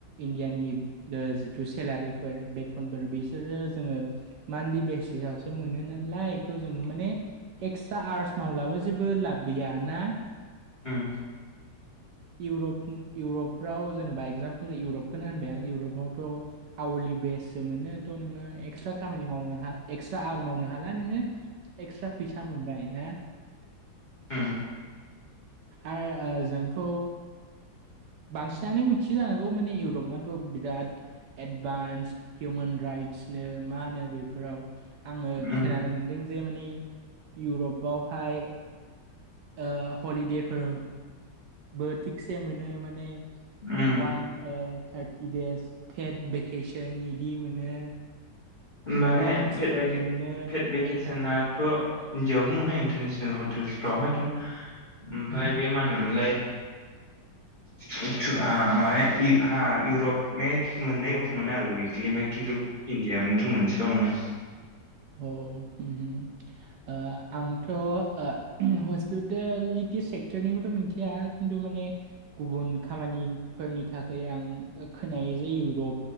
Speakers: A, on the right; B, on the left.
A: इण्डियानि ओ जिथु सेलारिफोर बेथनफोर बिसोरो जोङो मानलि बेसिसावसो मोनो नालाय थ' जोङो माने एक्सट्रा आर्स मावब्लाबो जेबो लाब गैया ना
B: उओ
A: उरप इउरप्राव जेनेबा एगजामपोल इउरपखौनो होनबाय आं इउरपआवथ' आवारलि बेसो मोनो थ' नोङो एक्सट्रा खामानि मावनो एक्सट्रा आवार मावनो हाला नोङो एक्सट्रा फैसा मोनबाय ना
B: उम
A: आर आरो जोंथ' बांसिनानो मिथि जानांगौ माने इउरपआथ' बिराद एदभान्स हिउमेन राइट्सनो मा होनो बेफोराव आङो
B: उम
A: खोनानो मोनदों जे माने इउरपआवहाय ओ हलिदेफोर बो थिगसे मोनो माने
B: उम उम
A: वान ओ थारटि देस फे केेसन इदि मोनो
B: मानेे
A: बनासफोर
B: फेट मेके
A: मोनो
B: फेट भेकेसनाथ'
A: ओमफाय
B: इणडियाव माने इनटारनेसनेल हतेलसफ्रावहाय किन ओमफ्राय बे मा होनोमोनलाय
A: <inaudible>
B: <unintelligible> मा इहा इउरपनि मोननै अफ मोनो आरो उइकलि ओमफ्राय खिन्थु इण्डि आवनोथ' मोनसेल' मोनो।
A: औ होम होम ओ आंथ' ओ हस्पिटेलिटि सेक्टरनिखौथ' मिथिया खिन्थु माने गुबुन खामानिफोरनि थाखाय आं खोनायो जे इउरप